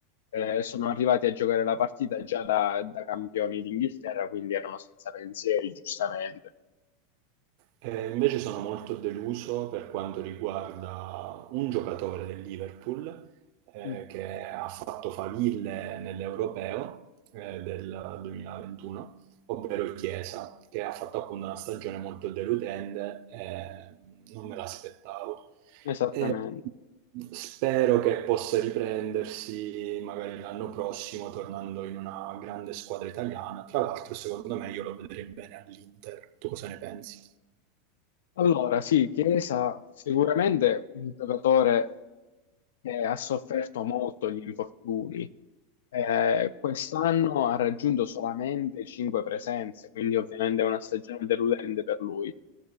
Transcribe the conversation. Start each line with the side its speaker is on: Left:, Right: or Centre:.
Left: eh, sono arrivati a giocare la partita già da, da campioni d'Inghilterra, quindi erano senza pensieri, giustamente.
Right: Ehm, invece sono molto deluso per quanto riguarda un giocatore del Liverpool, ehm,
Left: Mm,
Right: che ha fatto faville nell'Europeo, ehm, del 2021, ovvero Chiesa, che ha fatto appunto una stagione molto deludente e non me l'aspettavo.
Left: Esattamente.
Right: Ehm, spero che possa riprendersi magari l'anno prossimo tornando in una grande squadra italiana. Tra l'altro secondo me io lo vedrei bene all'Inter. Tu cosa ne pensi?
Left: Allora, sì, Chiesa sicuramente un giocatore che ha sofferto molto gli infortuni. Eh, quest'anno ha raggiunto solamente 5 presenze, quindi ovviamente è una stagione deludente per lui.